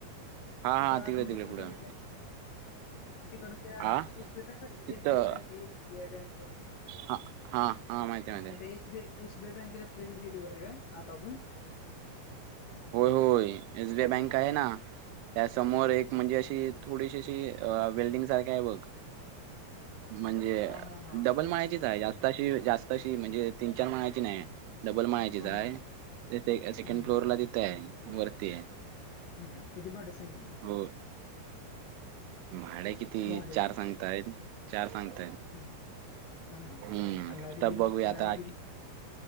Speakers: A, on the right; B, on the left.
A: हा
B: तिकड
A: हा
B: आत
A: तिकडे
B: म
A: तिकडे
B: कुठ
A: पुढं
B: बघते तिकड त्या
A: आ
B: एसबी बँक एसबीआय
A: तिथं
B: बँक आहेस.
A: हा हा हा माहिती आहे माहिती
B: bank
A: आहे
B: S B S B बँकेच्या पलीकडडे गेलीवर आहे काय आता अजून.
A: होय होय एस बीआय बँक आहे ना त्यासमोर एक म्हणजे अशी. थोडीशी अशी वेल्डिंग सारखे आहे बघ. म्हणजे
B: हा हा हा
A: डबल माणायचीच आहे. जास्त अशी जास्त अशी म्हणजे तीन चार माणायची नाही. डबल मायाचीच
B: हा
A: आहे,
B: हा
A: ते सेकंड
B: हम्म
A: फ्लोअरला तिथे आहे वरती आहे.
B: हा किती भड सांग मी ती
A: हो भाडे किती
B: भाडे
A: चार सांगताय, चार सांगताय.
B: हम्म हा हा
A: हम्म
B: आणि लाईट
A: तब
B: बिल
A: बघ आता.
B: लाईट बिल